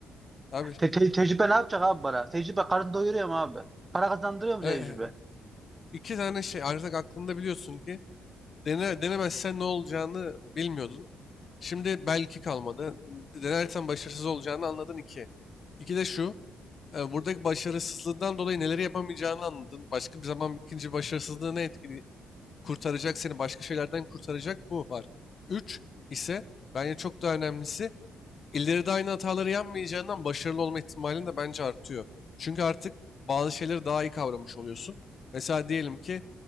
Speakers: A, on the left; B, on the right.
A: Abi
B: Te- te- tecrübe ne yapacak abi para? Tecrübe karın doyuruyor mu abi? Para kazandırıyor mu
A: e,
B: tecrübe?
A: e, iki tane şey artık aklında biliyorsun ki dene, denemezsen ne olacağını bilmiyordun. Şimdi belki kalmadı. Denersen başarısız olacağını anladın iki. İki de şu. e, Buradaki başarısızlığından dolayı neleri yapamayacağını anladın. Başka bir zaman ikinci başarısızlığı ne etkili kurtaracak seni başka şeylerden kurtaracak bu var. Üç ise bence çok daha önemlisi İleride aynı hataları yapmayacağından başarılı olma ihtimalin de bence artıyor. Çünkü artık bazı şeyleri daha iyi kavramış oluyorsun. Mesela diyelim ki